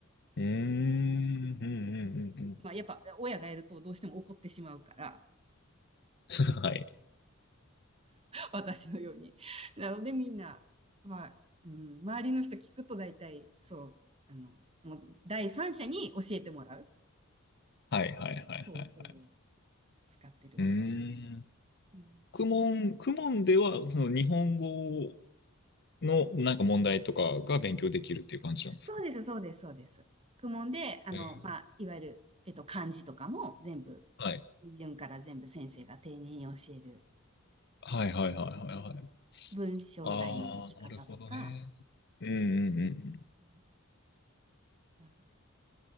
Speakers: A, on the left; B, on the right.
A: うーん、うんうんうんう
B: まあ、やっぱ親がやるとどうしても怒ってしまうから、
A: ん。<laughs> はい。
B: 私のように。なのでみんな、まあ、うん、周りの人聞くと大体、そう、あの、もう第三者に教えてもらう
A: はいはいはいはい。
B: 方法を使ってる、
A: うー
B: そうです。
A: ん。
B: うん
A: クモン、クモンでは、その日本語の、なんか問題とかが勉強できるっていう感じなんですか
B: そうです、そうです、そうです。公文で、あの、
A: えー
B: まあ、いわゆる、えっと、漢字とかも全部、
A: はい。
B: 順から全部先生が丁寧に教える
A: はいはいはいはいはい。
B: 文章題の解き方とか、
A: ああ、なるほどね。うんうんうん
B: うんなので、